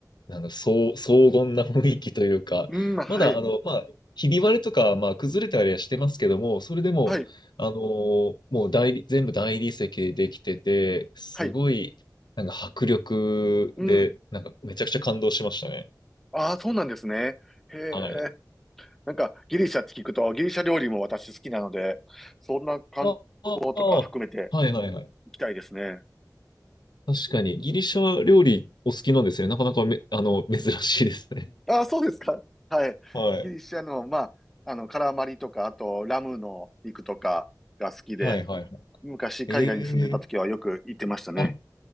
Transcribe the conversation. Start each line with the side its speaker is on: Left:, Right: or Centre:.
Left: あの、そう荘厳な雰囲気というか、
Centre: うん、はい、
Left: まだ、あの、まあ、ひび割れとか、まあ、崩れたりはしてますけども、それでも、
Centre: はい、
Left: あのーもう大理、全部大理石でできてて、すごい、
Centre: はい、
Left: なんか迫力で、
Centre: うん。
Left: なんかめちゃくちゃ感動しましたね。
Centre: ああ、そうなんですね。へえ、
Left: はい。
Centre: なんかギリシャって聞くとギリシャ料理も私好きなので、そんな観光とか含めて
Left: あ、あ、あはいはいはい。
Centre: 行きたいですね。
Left: 確かに、ギリシャ料理お好きなんですね。なかなかめ、あの、珍しいですね。
Centre: ああ、そうですか。はい。
Left: はい。
Centre: ギリシャの、まあ、あの、カラマリとか、あと、ラムの肉とかが好きで、
Left: はいはいはい。
Centre: 昔海外に住んでた時はよく行ってましたね。
Left: ええあ、